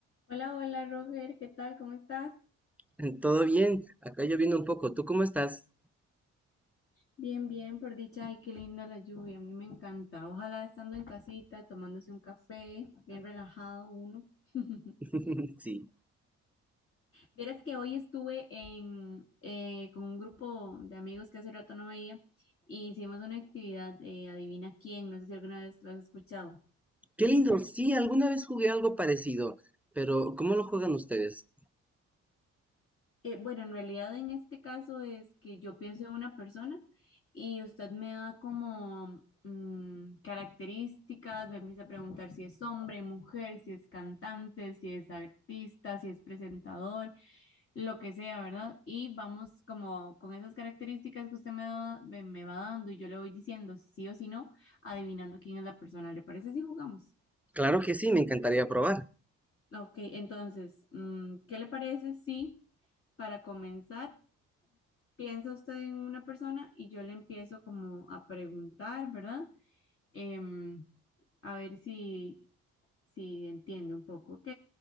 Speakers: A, on the left; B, in the centre.
A: Hola, hola Roger, ¿qué tal? ¿Cómo estás?
B: <laughs> Todo bien, acá lloviendo un poco. ¿Tú cómo estás?
A: Bien, bien, por dicha. Ay, qué linda la lluvia, a mí me encanta. Ojalá estando en casita, tomándose un café, bien relajado uno. <laughs>
B: <laughs> Sí.
A: Vieras que hoy estuve en, eh, con un grupo de amigos que hace rato no veía y hicimos una actividad, eh, adivina quién, no sé si alguna vez lo has escuchado.
B: Qué lindo. Sí, alguna vez jugué algo parecido, pero ¿cómo lo juegan ustedes?
A: Eh, bueno, en realidad en este caso es que yo pienso en una persona y usted me da como mm, características, me empieza a preguntar si es hombre, mujer, si es cantante, si es artista, si es presentador, lo que sea, ¿verdad? Y vamos como con esas características que usted me da- me me va dando y yo le voy diciendo si sí o si no, adivinando quién es la persona. ¿Le parece si jugamos?
B: Claro que sí, me encantaría probar.
A: Ok, entonces, mm, ¿qué le parece si para comenzar... piensa usted en una persona y yo le empiezo como a preguntar, ¿verdad? Em, a ver si, si entiende un poco, ¿ok?